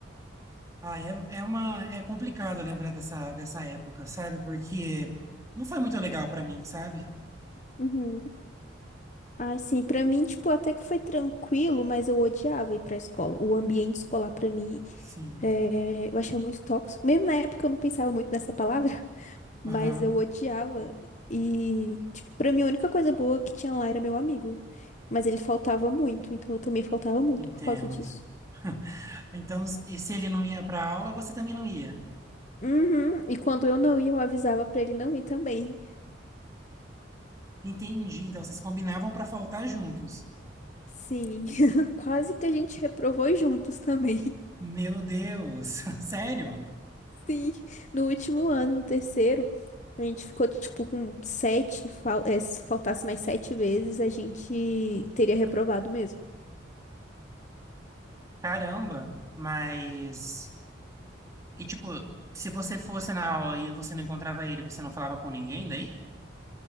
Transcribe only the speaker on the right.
ah, é, é uma é complicado lembrar dessa, dessa época, sabe? Porque não foi muito legal pra mim, sabe?
Sim.
Aham,
entendo.
<laughs> Então, se se ele não ia pra aula, você também não ia.
Entendi. Então, vocês combinavam pra faltar juntos.
Meu Deus, <laughs> sério?
Caramba. Mas E, tipo, se você fosse na aula e você não encontrava ele, você não falava com ninguém daí?